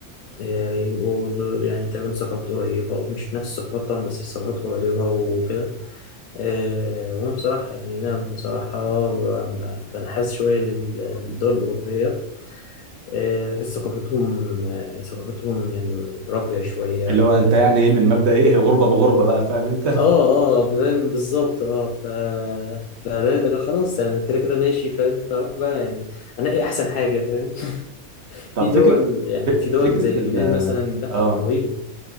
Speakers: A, on the left; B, on the right.
A: إيه، يبقوا برضو يعني تقريبا ثقافات قريبة أو مش نفس الثقافات طبعا بس ثقافات قريبة وكده إيه، وأنا بصراحة يعني أنا بصراحة ب- ب- بنحاز شوية لل- للدول الأوروبية إيه، بحس ثقافتهم آه، ثقافتهم يعني راقية شوية
B: اللي هو انت
A: ك...
B: يعني ايه من مبدأ ايه غربه بغربه بقى فاهم انت
A: اه اه فاهم بالظبط اه ف... فأنا- أنا خلاص يعني كده كده ماشي فاهم فأروح بقى يعني أنقي أحسن حاجة فاهم <laughs>
B: <laughs>
A: في
B: طب
A: دول
B: فكره
A: يعني
B: ف-
A: في دول
B: فكره
A: زي اليونان
B: ال
A: مثلا لا
B: اه
A: رهيبة